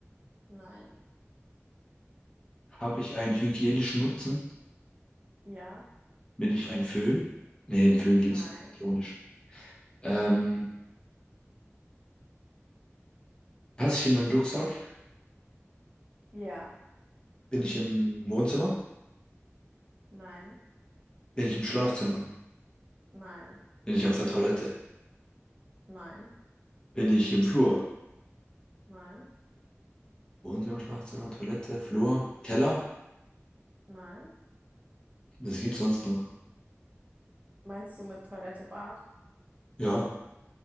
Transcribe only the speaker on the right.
Nein.
Ja.
Nein.
Ja.
Nein,
nein,
nein,
nein,
nein.
Meinst du mit Toilette, Bad?